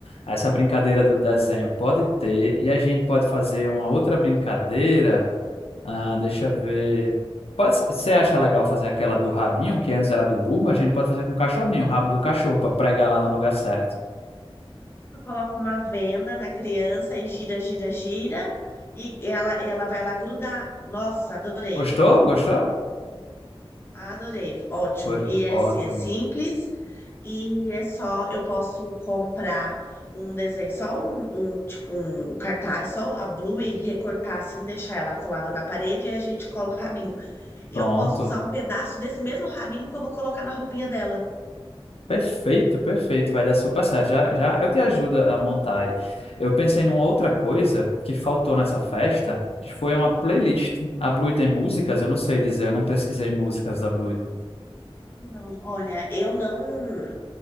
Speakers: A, on the left; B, on the left.
A: Essa brincadeira do desenho pode ter. E a gente pode fazer uma outra brincadeira. Ah, deixa eu ver. Pode, você acha legal fazer aquela do rabinho, que antes era do burro? A gente pode fazer com o cachorrinho, o rabo do cachorro, para pregar lá no lugar certo.
B: Tu coloca uma venda na criança e gira, gira, gira, e ela, ela vai lá grudar. Nossa, adorei,
A: Gostou? Gostou?
B: adorei, ótimo.
A: Foi
B: E esse
A: ótimo.
B: é simples, e é só, eu posso comprar um desenho, só um, um, tipo, um cartaz, só a Blue e recortar assim, deixar ela colada na parede, e a gente cola o rabinho. E
A: Pronto.
B: eu posso usar um pedaço desse mesmo rabinho que eu vou colocar na roupinha dela.
A: Perfeito, perfeito, vai dar super certo. Já, já eu te ajudo a montar aí. Eu pensei numa outra coisa que faltou nessa festa, que foi uma playlist. A Blue tem músicas? Eu não sei dizer, eu não pesquisei músicas da Blue.
B: Não, olha, eu não.